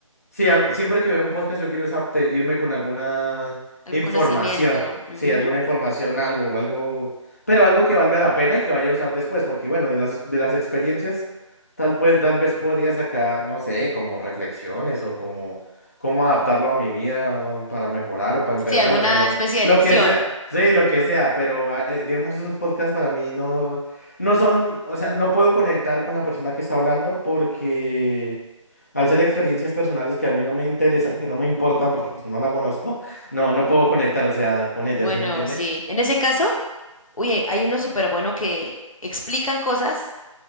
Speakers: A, on the left; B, on the left.
A: Sí, am- siempre que veo un podcast yo quiero es apte- irme con alguna
B: algún
A: información,
B: conocimiento. ujú.
A: sí, alguna información, algo, algo, pero algo que valga la pena y que vaya a usar después, porque bueno, de las, ex- de las experiencias, tal pues, tal vez podría sacar, no sé, como reflexiones o como cómo adaptarlo a mi vida para mejorar o para
B: Sí,
A: empeorar,
B: alguna
A: o sea, lo,
B: especie de
A: lo
B: lección.
A: que sea, sí, lo que sea, pero ah, eh, digamos esos podcasts para mí no, no son, o sea, no puedo conectar con la persona que está hablando porque... Al ser experiencias personales que a mí no me interesan, que no me importan porque pues no la conozco, <laughs> no, no puedo conectar, o sea, con ella,
B: Bueno,
A: ¿sí me entiende?
B: sí. En ese caso, oye, hay uno súper bueno que explican cosas,